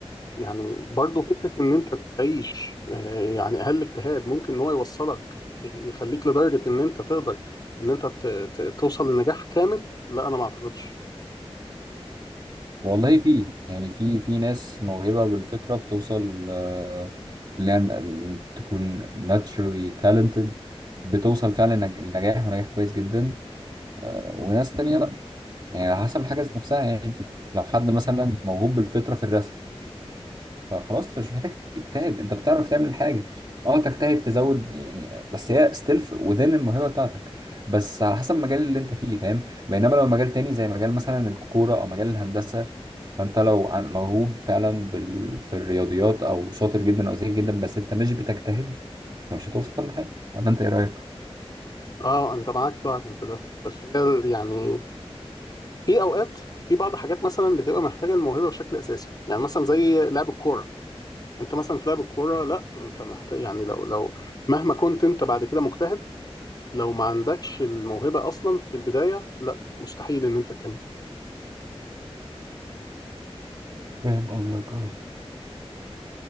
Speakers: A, on the left (about 40°); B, on the right (about 45°).
A: يعني برضه فكرة إن أنت تعيش آه، يعني أقل اجتهاد ممكن إن هو يوصلك يخليك لدرجة إن أنت تقدر إن أنت ت- ت- توصل لنجاح كامل لا أنا ما أعتقدش
B: والله في يعني في في ناس موهبة بالفطرة بتوصل آه، اللي يعني تكون naturally talented بتوصل فعلا لنج- لنجاح ونجاح كويس جدا آه، وناس تانية لا يعني على حسب الحاجة ذات نفسها يعني لو حد مثلا موهوب بالفطرة في الرسم فخلاص انت مش محتاج تجتهد انت بتعرف تعمل حاجه اه تجتهد تزود يعني بس هي ستيل وذين الموهبه بتاعتك بس على حسب المجال اللي انت فيه فاهم بينما لو مجال تاني زي مجال مثلا الكوره او مجال الهندسه فانت لو عن- موهوب فعلا بال... في الرياضيات او شاطر جدا او ذكي جدا بس انت مش بتجتهد فمش هتوصل لحاجه ولا انت ايه رايك؟
A: أه أنت معاك بقى في ده بس هي ال- يعني في أوقات في بعض حاجات مثلا بتبقى محتاجة الموهبة بشكل أساسي يعني مثلا زي لعب الكورة أنت مثلا في لعب الكورة لا أنت محتاج يعني لو لو مهما كنت أنت بعد كده مجتهد لو ما عندكش الموهبة أصلا في البداية لا مستحيل إن أنت تكمل
B: فاهم قصدك اه